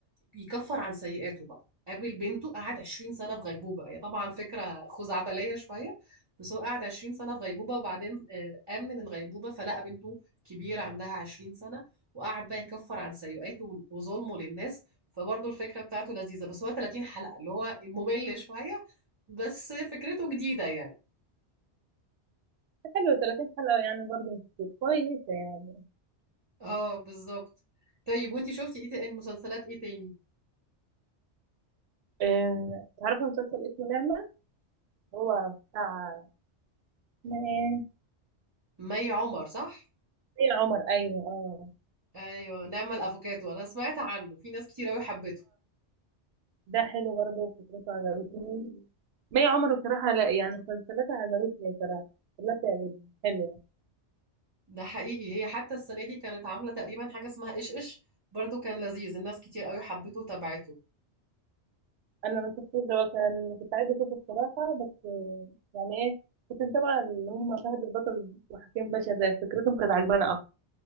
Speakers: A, on the right; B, on the right.
A: يكفر عن سيئاته بقى قابل بنته قعد 20 سنة في غيبوبة هي طبعا فكرة خزعبلية شوية بس هو قعد 20 سنة في غيبوبة وبعدين آه، قام من الغيبوبة فلقى بنته كبيرة عندها 20 سنة وقعد بقى يكفر عن سيئاته وظلمه للناس فبرضه الفكرة بتاعته لذيذة بس هو 30 حلقة اللي هو ممل شوية بس فكرته جديدة يعني
B: حلوة 30 حلقة يعني برضه مش كتير كويسة يعني
A: اه بالظبط طيب وانتي شفتي ايه تاني مسلسلات ايه تاني
B: آه، تعرفي مسلسل اسمه نعمة هو بتاع اسمها ايه
A: مي عمر صح
B: مي عمر أيوة اه
A: ايوه نعمة الافوكاتو انا سمعت عنه في ناس كتير قوي حبته
B: ده حلو برضه فكرته عجبتني مي عمر بصراحة لا يعني مسلسلاتها عجبتني بصراحة كلها بتعجبني حلو
A: ده حقيقي هي حتى السنة دي كانت عاملة تقريبا حاجة اسمها ايش ايش برضو كان لذيذ الناس كتير قوي حبته وتابعته
B: انا ما شفتوش ده كان كنت عايزه اشوفه بصراحه بس آه، يعني ايه كنت متابعه اللي هم فهد البطل وحكيم باشا ده فكرتهم كانت عجباني اكتر